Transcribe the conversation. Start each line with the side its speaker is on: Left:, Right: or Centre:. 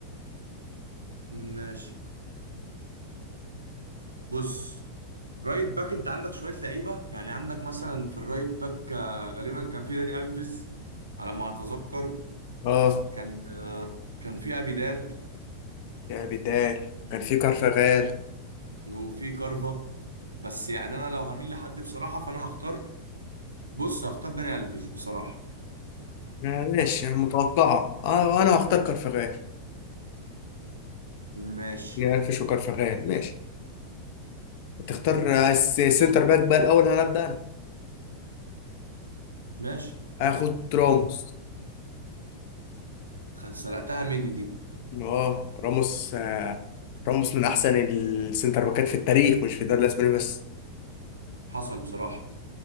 Right: ماشي بص رايت باك انت عندك شويه لعيبه يعني عندك مثلا في الرايت باك آه، غالبا كان في داني الفيز على ما اتذكر
Left: اه
Right: كان آه، كان في ابيدال
Left: بداية كان في كارفاغال
Right: وفي كارفا بس يعني انا لو هميل لحد بصراحه فانا هختار بص هختار داني الفيش بصراحه
Left: آه، ماشي متوقعة اه انا هختار كارفاغال
Right: ماشي
Left: نقفش وكارفاغال ماشي هتختار آه، الس- سنتر باك بقى الاول انا ابدا
Right: ماشي
Left: انا هاخد راموس
Right: خ- سرقتها مني دي
Left: اه راموس آه، راموس من احسن السنتر باكات في التاريخ مش في الدوري الاسباني بس
Right: حصل بصراحه